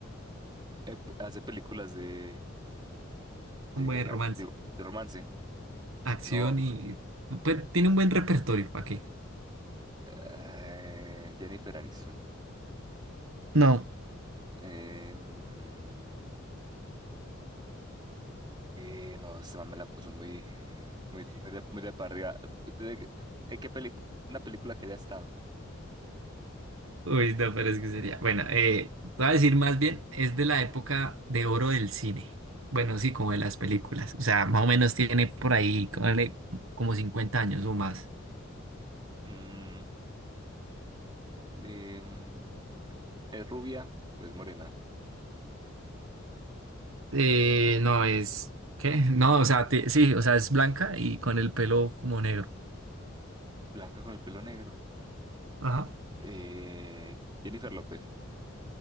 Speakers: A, on the right; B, on the right.
A: eh, hace películas de, de,
B: un buen romance,
A: de, de romance.
B: acción
A: No.
B: y pues, tiene un buen repertorio, ¿para qué?
A: eh, Jennifer Aniston.
B: No,
A: Em, eh, no, esta man me la puso muy, muy, muy de, muy de para arriba. De- ¿en qué pelicu- Una película que ya está.
B: Uy, no, pero es que sería. Bueno, eh, te voy a decir más bien, es de la época de oro del cine. Bueno, sí, como de las películas. O sea, más o menos tiene por ahí, cónale, como 50 años o más.
A: Mm, em, ¿es rubia o es morena?
B: Eh, no, es. ¿Qué? No, o sea, te- sí, o sea, es blanca y con el pelo como negro.
A: Blanca con el pelo negro.
B: Ajá.
A: Eh, Jennifer López.